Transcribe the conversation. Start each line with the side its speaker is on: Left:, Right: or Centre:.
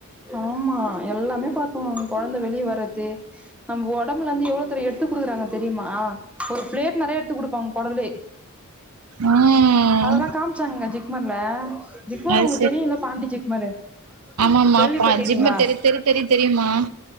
Centre: ஆமா எல்லா எல்லாமே பாத்தோம் கொழந்த வெளிய வரது நம்ம உடம்புல இருந்து எவ்ளோ தர எடுத்து குடுக்குறாங்க தெரியுமா ஒரு பிளேட் நெறைய எடுத்து குடுப்பாங்க குடலே
Right: ம்
Centre: அதெல்லாம் காமிச்சாங்க ஜிக்மர்ல ஜிக்மர்
Right: அது
Centre: உங்க தெரியும்ல பாண்டி ஜிக்மரு
Right: ஆமா
Centre: கேள்விப்பட்டிறீங்களா
Right: பா ஜிக்மர் தெரி தெரி தெரி தெரியுமா